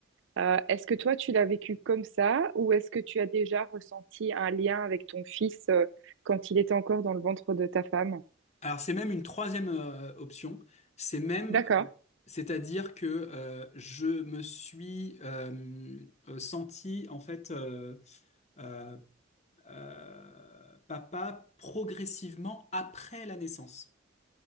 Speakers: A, on the right; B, on the left.
A: Euh, est-ce que toi, tu l'as vécu comme ça ou est-ce que tu as déjà ressenti un lien avec ton fils euh, quand il était encore dans le ventre de ta femme?
B: Alors c'est même une troisième euh, option. C'est même,
A: D'accord,
B: euh, c'est-à-dire que euh, je me suis euh, euh, senti en fait euh, euh, euh, papa progressivement après la naissance.